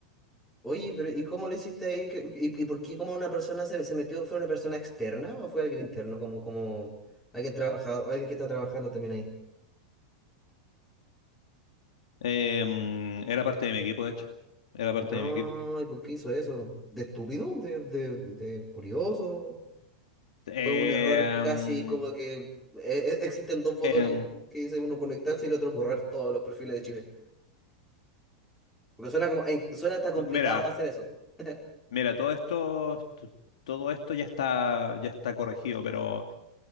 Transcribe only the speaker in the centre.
Oye, pero ¿y cómo lo hiciste ahí? ¿Qué- ¿Y, y por qué como una persona se, se metió? ¿Fue una persona externa o fue alguien interno? Como, como alguien trabajado, alguien que está trabajando también ahí.
No,
¿y por qué hizo eso? ¿De estúpido? ¿De, de, de curioso?
¿O es un error casi como que eh, eh, existen dos botones
que dicen uno conectarse y el otro borrar todos los perfiles de Chile? Porque suena como, eh, suena hasta complicado
hacer eso. <laughs>